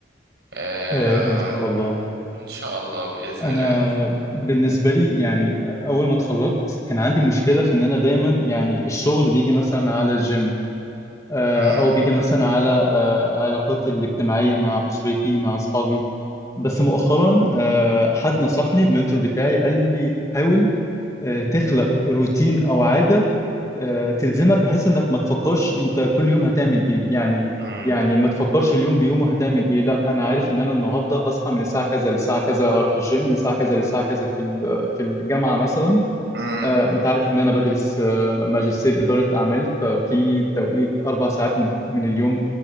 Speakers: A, on the right; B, on the left.
A: آه
B: آه ان شاء الله
A: إن شاء الله بإذن
B: انا
A: الله
B: بالنسبه لي يعني اول ما اتخرجت كان عندي مشكله في ان انا دايما يعني الشغل بيجي مثلا على الجيم آه،
A: مم.
B: او بيجي مثلا على آه، علاقاتي الاجتماعيه مع اسرتي مع اصحابي بس مؤخرا آه، حد نصحني المنتور بتاعي قال لي حاول آه، تخلق روتين او عاده آه، تلزمك بحيث انك ما تفكرش انت كل يوم هتعمل ايه يعني
A: مم.
B: يعني ما تفكرش اليوم بيومه هتعمل ايه لا انا عارف ان انا النهارده هصحى من الساعه كذا للساعه كذا اروح الجيم من الساعه كذا للساعه كذا في ال- في الجامعه مثلا
A: مم.
B: آه، انت عارف ان انا بدرس آه، ماجستير اداره اعمال ففي توقيت اربع ساعات من من اليوم